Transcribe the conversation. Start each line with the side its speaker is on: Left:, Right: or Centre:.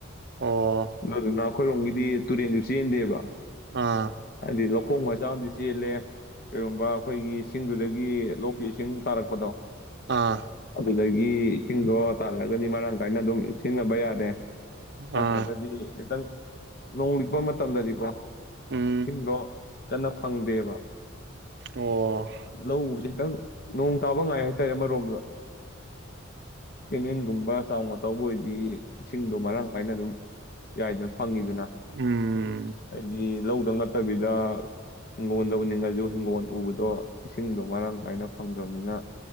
Right: ꯑꯣ
Left: ꯑꯗꯨꯗꯨꯅ ꯑꯩꯈꯣꯏꯔꯣꯝꯒꯤꯗꯤ ꯇꯨꯔꯦꯟꯁꯨ ꯆꯦꯟꯗꯦꯕ
Right: ꯑꯥ
Left: ꯍꯥꯏꯗꯤ ꯂꯧꯈꯣꯡ ꯃꯆꯥꯝꯗꯤ ꯆꯦꯜꯂꯦ ꯀꯩꯒꯨꯝꯕ ꯑꯩꯈꯣꯏꯒꯤ ꯏꯁꯤꯡꯗꯨꯗꯒꯤ ꯂꯣꯛꯀꯤ ꯏꯁꯤꯡ ꯇꯥꯔꯛꯄꯗꯣ
Right: ꯑꯥ
Left: ꯑꯗꯒꯤ ꯏꯇꯤꯡꯗꯣ ꯇꯥꯔꯛꯑꯒꯗꯤ ꯃꯔꯥꯡ ꯀꯥꯏꯅ ꯑꯗꯨꯝ ꯁꯤꯖꯤꯟꯅꯕ ꯌꯥꯔꯦ ꯅꯠꯇ꯭ꯔꯒꯗꯤ
Right: ꯑꯥ
Left: ꯈꯤꯇꯪ ꯅꯣꯡ ꯂꯤꯛꯄ ꯃꯇꯝꯗꯗꯤꯀꯣ
Right: ꯎꯝ
Left: ꯏꯁꯤꯡꯗꯣ ꯀꯟꯅ ꯐꯪꯗꯦꯕ
Right: ꯑꯣ
Left: ꯂꯧ ꯎꯕ ꯈꯤꯇꯪ ꯅꯣꯡ ꯇꯥꯕ ꯉꯥꯏ ꯍꯥꯏꯇꯥꯔꯦ ꯑꯃꯔꯣꯝꯗ ꯀꯦꯅꯦꯟꯒꯨꯝꯕ ꯆꯥꯎꯅ ꯇꯧꯕ ꯑꯣꯏꯗꯤ ꯏꯁꯤꯡꯗꯣ ꯃꯔꯥꯡ ꯀꯥꯏꯅ ꯑꯗꯨꯝ ꯌꯥꯏꯗ ꯐꯪꯉꯤꯗꯅ
Right: ꯎꯝ
Left: ꯍꯥꯏꯗꯤ ꯂꯧꯗꯪ ꯅꯠꯇꯕꯤꯗ ꯍꯤꯡꯒꯣꯜꯗ ꯎꯅꯤꯡꯉꯁꯨ ꯍꯤꯡꯒꯣꯜ ꯎꯕꯗꯣ ꯏꯁꯤꯡꯗꯣ ꯃꯔꯥꯡ ꯀꯥꯏꯅ ꯐꯪꯗ꯭ꯔꯕꯅꯤꯅ